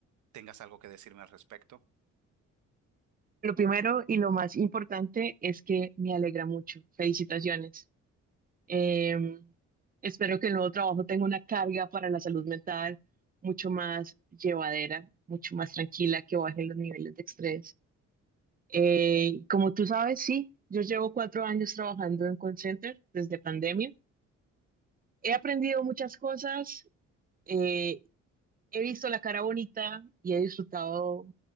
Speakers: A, on the right; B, on the right.
A: tengas algo que decirme al respecto.
B: Lo primero y lo más importante es que me alegra mucho. Felicitaciones. Eh, espero que el nuevo trabajo tenga una carga para la salud mental mucho más llevadera, mucho más tranquila, que bajen los niveles de estrés. Eh, como tú sabes, sí, yo llevo cuatro años trabajando en call center desde pandemia. He aprendido muchas cosas, eh, he visto la cara bonita y he disfrutado